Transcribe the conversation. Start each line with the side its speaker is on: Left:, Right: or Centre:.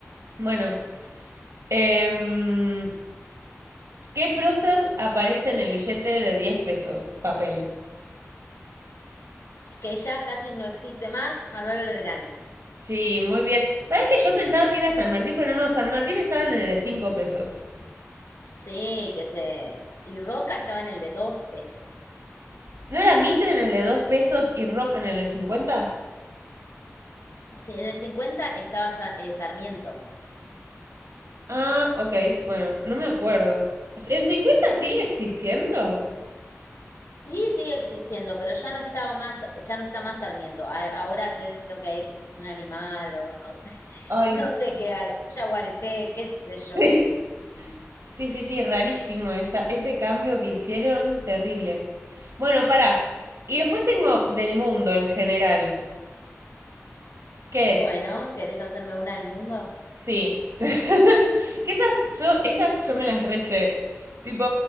Right: Bueno, em, ¿qué prócer aparece en el billete de 10 pesos? Papel.
Left: Que ya casi no existe más, Manuel Belgrano.
Right: Sí, muy bien. ¿Sabes que yo pensaba que era San Martín, pero no, San Martín estaba en el de cinco pesos.
Left: Sí, que se... Y Roca estaba en el de dos pesos.
Right: ¿No era Mitre en el de 2 pesos y Roca en el de cincuenta.
Left: Sí, en el 50 estaba Sa- eh, Sarmiento.
Right: Ah, ok, bueno, no me acuerdo. ¿El 50 sigue existiendo?
Left: Sí, sigue existiendo, pero ya no estaba más, ya no está más Sarmiento. A- Ahora creo que hay un animal o no sé, <laughs>
Right: Ay,
Left: no sé qué hay, un yaguareté, qué sé yo.
Right: sí. Sí, sí, sí, rarísimo esa, ese cambio que hicieron, terrible. Bueno, para. Y después tengo del mundo en general, que
Left: Bueno,
Right: es
Left: ¿querés hacerme una del mundo?
Right: Sí. <laughs> que esas yo, esas yo me las recé. Tipo,